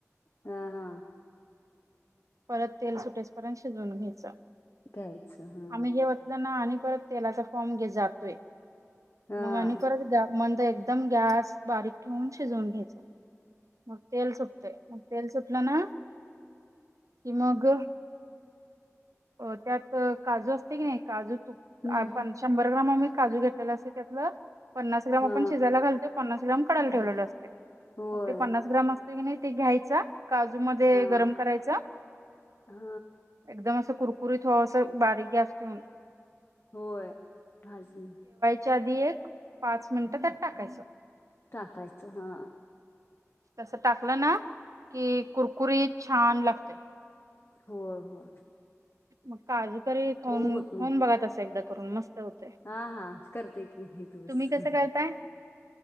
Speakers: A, on the left (about 45°); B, on the right (about 80°).
A: ह. हा.
B: परत तेल सुटेसपर्यंत शिजवून घ्यायच.
A: घ्यायचं हा
B: आम्ही घेवतलं ना आणि परत तेलाचा फॉर्म घे जातोय
A: हा
B: मग
A: हा
B: आणि परत मंद एकदम गॅस बारीक ठेवून शिजवून घ्यायच मग तेल सुटतय मग तेल सुटलं ना <unintelligible> कि मग अ त्यात काजू असते की नई काजू
A: हम्म
B: आपण शंभर ग्रॅम म मी काजू घेतलेले असतं त्यातलं पन्नास ग्रॅम
A: हा
B: आपण शिजायला घालतो. पन्नास ग्रॅम एकदम कडायला ठेवलेलं
A: घाल
B: असते.
A: होय
B: मग ते पन्नास ग्राम असते की नाही ते घ्यायचा. काजूमध्ये
A: हा
B: गरम करायचा. घ्यायचं
A: हा
B: एकदम असं कुरकुरीत व्हावस बारीक गॅस ठेऊन.
A: होयभाजून.
B: त्यातली एक पाच मिनिटे त्यात टाकायचं.
A: टाकायचं हा
B: तस टाकलं ना की कुरकुरीत छान लागतंया
A: हो होय.
B: मग काजूकरी खाऊन
A: मऊ होत
B: खाऊन
A: नाही
B: बघाा तस असं एकदा करून मस्त होतय.
A: हा हा करते की इथूस
B: तुम्ही कसं
A: ह
B: करताय?